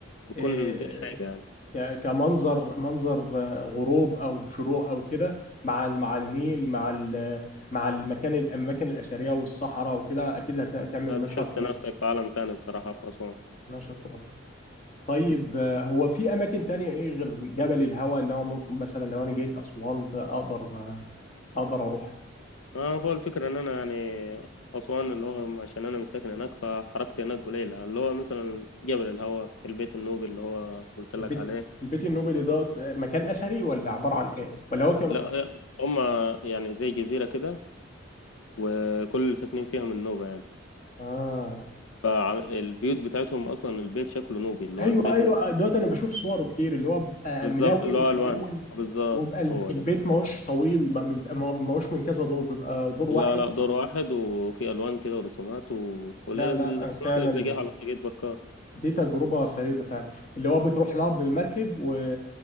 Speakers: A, on the left; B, on the left.
A: وبيكون
B: إيه
A: الدنيا رايقه يعني
B: ك- كمنظر منظر آه، غروب او شروق او كده مع ال- مع النيل مع ال- مع المكان الاماكن الاثريه والصحراء وكده اكيد هتعمل
A: هتحس
B: مشهد خرافي
A: نفسك في عالم تاني بصراحه في اسوان
B: مشهد خرافي طيب آه، هو في اماكن تانية ايه غير جبل الهوى اللي هو ممكن مثلا لو انا جيت اسوان ت- اقدر آه، اقدر اروح
A: آه، هو الفكرة إن أنا يعني أسوان اللي هو عشان أنا مساكن هناك فحركتي هناك قليلة اللي هو مثلا جبل الهوا البيت النوبي اللي هو قلت لك
B: البيت
A: عليه
B: البيت النوبي اللي دوت آه، مكان اثري ولا عباره عن ايه ولا هو
A: لا هي- هما يعني زي جزيرة كده وكل اللي ساكنين فيها من نوبة يعني
B: اه
A: ع- البيوت بتاعتهم أصلا البيت شكله نوبي اللي
B: ايوه
A: هو البيت
B: ايوه
A: الن-
B: آه، دوت انا بشوف صوره كتير اللي هو بقى
A: بالظبط
B: ملون
A: اللي هو ألوان
B: ملون
A: بالظبط
B: وبقى الب-
A: هو
B: البيت
A: ده
B: ما هوش طويل ما بيبقى- ما هوش من كذا دور بيبقى دور
A: لا
B: واحد
A: لا دور واحد وفي ألوان كده ورسومات و... ولازم
B: لا لا
A: الرسومات
B: آه، فعلا
A: اللي بتلاقيها على طريقة بكار
B: دي تجربة فريدة فعلا اللي هو بتروح لها بمركب و...